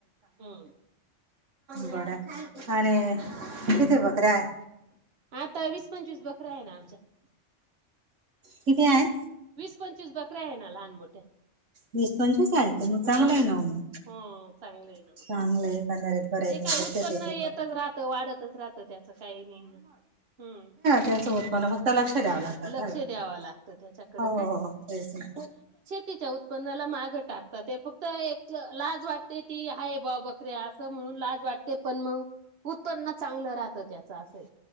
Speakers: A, on the right (about 55°); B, on the right (about 85°).
A: हम्म
B: बरंय आणि किती ते बकऱ्या हाय
A: आता वीस पंचवीस बकरे आहे ना आमच्या
B: किती हाय
A: वीस पंचवीस बकऱ्या आहे ना लहान मोठ्या
B: वीस पंचवीस हायेत तर मग
A: ह
B: आहे नाऊ म,
A: ह चांगलं आहे ना
B: चांगलं
A: मग
B: हाय एकंदरीत बरं आहे
A: ते
B: तुमच्या
A: काय उत्पन्न
B: शेतीचं
A: येतच
B: पण.
A: राहत, वाढतच राहतं त्याचं काही नाही, हम्म
B: त्यांच उत्पन्न फक्त लक्ष द्याव लागत,
A: लक्ष
B: हो,
A: द्यावं लागतं त्याच्याकडं
B: हो, हो तेच ना
A: तिच्या उत्पन्नाला माग टाकतात, ते फक्त एक लाज वाटते ती आहे बा बक असं म्हणून लाज वाटते पण मंग, उत्पन्न चांगलं राहतं त्याच असंय